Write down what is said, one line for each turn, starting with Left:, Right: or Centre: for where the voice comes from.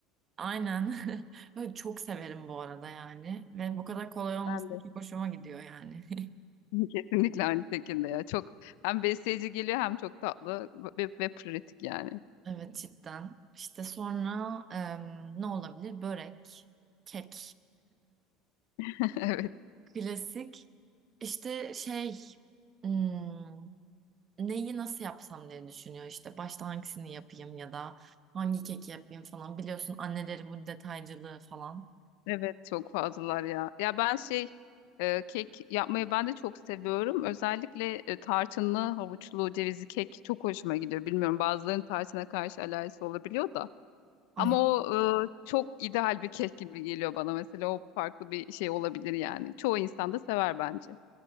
Right: Aynen. <laughs> Ben Çok severim bu arada yani. Ve bu kadar kolay olması
Left: Ben de.
Right: çok hoşuma gidiyor yani. <laughs>
Left: <laughs> Kesinlikle aynı şekilde ya. Çok hem besleyici geliyor hem çok tatlı ve, ve pratik yani.
Right: Evet cidden. İşte sonra em, ne olabilir? Börek, kek.
Left: <laughs> Evet.
Right: <laughs> Klasik. İşte şey hmm, neyi nasıl yapsam diye düşünüyor işte başta hangisini yapayım ya da hangi keki yapayım falan biliyorsun annelerin bu detaycılığı falan.
Left: Evet çok fazlalar ya. Ya ben şey e, kek yapmayı ben de çok seviyorum. Özellikle e, tarçınlı, havuçlu, cevizli kek çok hoşuma gidiyor. Bilmiyorum bazılarının tarçına karşı alerjisi olabiliyor da.
Right: Ay,
Left: Ama o e, çok ideal bir kek gibi geliyor bana. Mesela o farklı bir şey olabilir yani. Çoğu insan da sever bence.